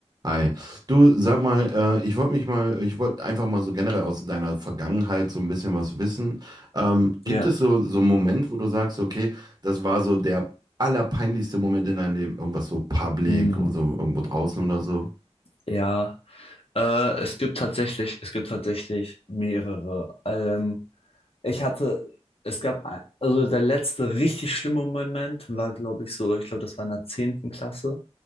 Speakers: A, on the right; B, on the left.
A: Hi. Du, sag mal, äh, ich wollte mich mal, ich wollte einfach mal so generell aus deiner Vergangenheit so ein bisschen was wissen. Ähm, gibt
B: Ja,
A: es so, so einen Moment, wo du sagst, okay, das war so der allerpeinlichste Moment in deinem Leben? Irgendwas so public,
B: mm,
A: so irgendwo draußen oder so?
B: ja. Äh, es gibt tatsächlich, es gibt tatsächlich mehrere. Ähm, ich hatte, es gab, ein, also der letzte richtig schlimme Moment war, glaube ich, so, ich glaube, das war in der zehnten Klasse.